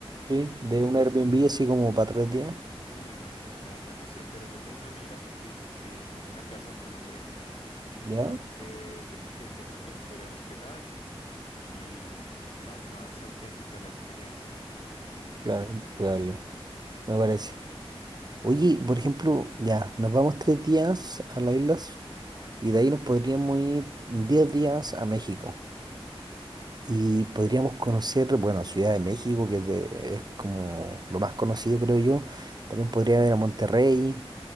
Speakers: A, on the right; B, on the left.
A: Sí,
B: mm,
A: de un Airbnb así como para tres días.
B: uy, bueno, mira, la verdad no sé, pero yo tengo una amiga que, que tiene una casa en San Andrés. Entonces,
A: ¿Ya?
B: yo creo que de pronto nos podríamos pegar y más, más auténtica la experiencia. Sí.
A: Claro, probable, me parece. Oye, por ejemplo, ya, nos vamos tres días a las islas y de ahí nos podríamos ir diez días a México. Y podríamos conocer, bueno, Ciudad de México, que es, de- es como lo más conocido, creo yo. También podría ir a Monterrey.